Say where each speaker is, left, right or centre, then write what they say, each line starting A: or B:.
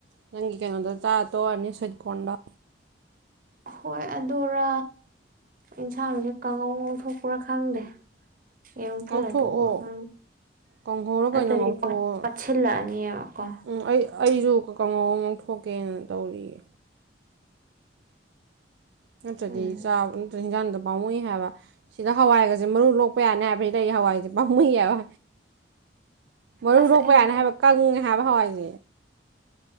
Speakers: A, on the right (about 70°); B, on the right (about 45°).
A: ꯅꯪꯒꯤ ꯀꯩꯅꯣꯗꯣ ꯆꯥ ꯇꯣꯑꯅꯤ ꯁ꯭ꯋꯤꯠ ꯀꯣꯟꯗ
B: ꯍꯣꯏ ꯑꯗꯨꯔꯥ ꯏꯟꯁꯥꯡꯁꯦ ꯀꯥꯡꯉꯧ ꯉꯧꯊꯣꯛꯄ꯭ꯔꯥ ꯈꯪꯗꯦ ꯌꯦꯔꯨꯝ ꯐꯨꯜꯂ
A: ꯉꯧꯊꯣꯛꯑꯣ
B: ꯇꯣꯛꯑꯒ
A: ꯀꯥꯡꯍꯧꯔ
B: ꯅꯠꯇ꯭ꯔꯗꯤ
A: ꯀꯩꯅꯣ ꯉꯧꯊꯣꯛꯑꯣ
B: ꯄꯥꯠꯁꯤꯜꯂꯛ ꯑꯅꯤꯑꯕꯀꯣ
A: ꯎꯝ ꯑꯩ ꯑꯩꯁꯨ ꯀꯥꯡꯍꯧ ꯉꯧꯊꯣꯛꯀꯦꯅ ꯇꯧꯔꯤꯌꯦ ꯅꯠꯇ꯭ꯔꯗꯤ
B: ꯎꯝ
A: ꯆꯥ ꯅꯠꯇ꯭ꯔ ꯍꯦꯟꯖꯥꯡꯗꯨ ꯄꯥꯃꯨꯏ ꯍꯥꯏꯕ ꯁꯤꯗ ꯍꯋꯥꯏꯒꯁꯦ ꯃꯔꯨ ꯂꯣꯛꯄ ꯌꯥꯅꯤ ꯍꯥꯏꯕ ꯁꯤꯗ ꯑꯩ ꯍꯋꯥꯏꯁꯦ ꯄꯥꯝꯃꯨꯏ ꯍꯥꯏꯕ ꯃꯔꯨ
B: ꯑꯁ
A: ꯂꯣꯛꯄ
B: ꯑꯩ
A: ꯌꯥꯅꯤ ꯍꯥꯏꯕ ꯀꯪꯉꯦ ꯍꯥꯏꯕ ꯍꯋꯥꯏ ꯑꯝ